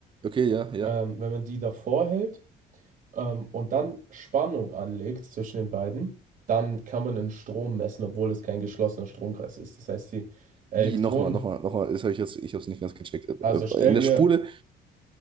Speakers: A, on the right (about 30°); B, on the right (about 55°).
A: Okay, ja, ja.
B: Ähm, wenn man die davor hält ähm, und dann Spannung anlegt zwischen den beiden, dann kann man den Strom messen, obwohl es kein geschlossener Stromkreis ist. Das heißt, die Elektronen,
A: Wie? Nochmal, nochmal, nochmal. Das hab ich jetzt, ich habe es nicht ganz gecheckt. Äh,
B: also stell
A: äh, In der
B: dir
A: Spule?